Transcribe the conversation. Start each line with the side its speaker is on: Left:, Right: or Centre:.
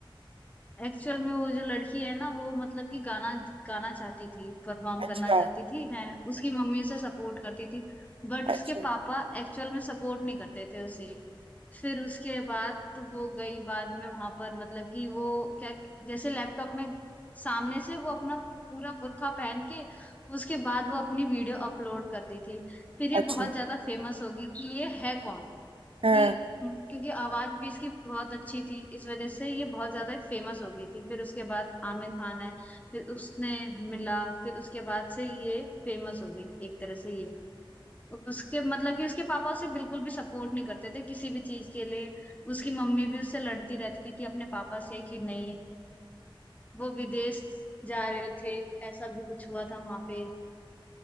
Left: एक्चुअल में वो जो लड़की है ना वो मतलब कि गाना गाना चाहती थी परफॉर्म
Right: अच्छा
Left: करना चाहती थी है उसकी मम्मी उसे सपोर्ट करती थी बट
Right: अच्छा
Left: उसके पापा एक्चुअल में सपोर्ट नहीं करते थे उसे फिर उसके बाद तो वो गई बाद में वहां पर मतलब कि वो क्या जैसे लैपटॉप में सामने से वो अपना पूरा बुर्का पहन के उसके बाद वो अपनी वीडियो अपलोड करती थी फिर ये
Right: अच्छा
Left: बहुत ज्यादा फेमस होगी कि ये है कौन
Right: हाँ
Left: कि क्योंकि आवाज भी इसकी बहुत अच्छी थी इस वजह से ये बहुत ज्यादा फेमस हो गई थी फिर उसके बाद आमिर खान है फिर उसने मिला फिर उसके बाद से ये फेमस हो गई एक तरह से ये उसके मतलब कि उसके पापा उसे बिल्कुल भी सपोर्ट नहीं करते थे किसी भी चीज के लिए उसकी मम्मी भी उससे लड़ती रहती थी अपने पापा से कि नहीं वो विदेश जा रहे थे ऐसा भी कुछ हुआ था वहां पे